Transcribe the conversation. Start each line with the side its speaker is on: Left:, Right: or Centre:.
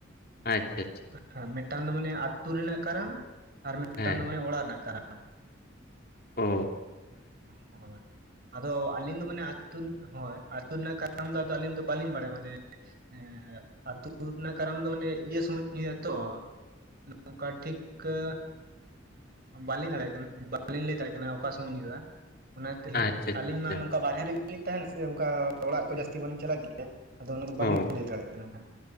Left: ᱟᱪᱪᱷᱟ ᱟᱪᱪᱷᱟ ᱾
Right: ᱦ, ᱢᱤᱫᱴᱟᱝ ᱫᱚ ᱢᱟᱱᱮ, ᱟ. ᱛᱩ ᱨᱮᱱᱟᱜ ᱠᱟᱨᱟᱢ ᱟᱨ ᱢᱤᱫᱴᱟᱝ
Left: ᱦᱮᱸ
Right: ᱫᱚ ᱢᱟᱱᱮ, ᱚᱲᱟᱜ ᱨᱮᱱᱟᱜ ᱠᱟᱨᱟᱢ ᱾
Left: ᱚᱻ ᱾
Right: ᱦ <unintelligible> ᱟᱫᱚ ᱟᱹᱞᱤᱧ ᱫᱚ ᱢᱟᱱᱮ ᱛᱩ, ᱦᱳᱭ ᱟᱹᱛᱩ ᱨᱮᱱᱟᱜ ᱠᱟᱨᱟᱢ ᱫᱚ, ᱟᱹᱞᱤᱧ ᱫᱚ ᱵᱟ. ᱞᱤᱧ ᱵᱟᱲᱟᱭᱟ ᱢᱟᱱᱮ--᱾ ᱦᱮᱸᱻ, ᱟᱹᱛᱩ ᱨᱮᱱᱟᱜ ᱠᱟᱨᱟᱢ ᱫᱚ, ᱚᱱᱮ ᱤᱭᱟᱹ ᱥᱚᱢᱚᱭ <unintelligible> ᱜᱼᱟ ᱛᱚ ᱾ ᱱᱚᱠᱟ, ᱴᱷᱤᱠ ᱠᱟ. ᱵᱟᱞᱤᱧ ᱫᱟᱲᱮᱭᱟᱜ ᱠᱟᱱᱟ ᱾ ᱵᱟᱞᱤᱧ ᱞᱟᱹᱭ ᱫᱟᱲᱮᱭᱟᱜ ᱠᱟᱱᱟ ᱾ ᱚᱠᱟ ᱥᱩᱚᱢᱚᱭ ᱦᱩᱭᱩᱜᱼᱟ ᱾ ᱚᱱᱟ ᱛᱮ,
Left: ᱟᱪᱪᱷᱟ ᱟᱪᱪᱷᱟ
Right: ᱟᱞᱤᱧ
Left: ᱟᱪᱪᱷᱟ
Right: ᱢᱟ ᱱᱚᱝᱠᱟ ᱵᱟᱨᱦᱮ ᱨᱮᱜᱮ ᱞᱤᱧ ᱛᱟᱦᱮᱱᱟ ᱥᱮ, ᱚᱱᱠᱟ ᱚᱲᱟᱜ ᱠᱚ, ᱡᱟᱹᱥᱛᱤ ᱵᱟᱞᱤᱧ ᱪᱟᱞᱟᱜ ᱜᱮᱭᱟ ᱾ ᱟᱫᱚ ᱚᱱᱟ ᱫᱚ, ᱵᱟᱞᱤᱧ
Left: ᱚ
Right: ᱞᱟᱹᱭ ᱫᱟᱲᱮᱭᱟᱜ ᱠᱟᱱᱟ ᱦᱟᱸᱜ ᱾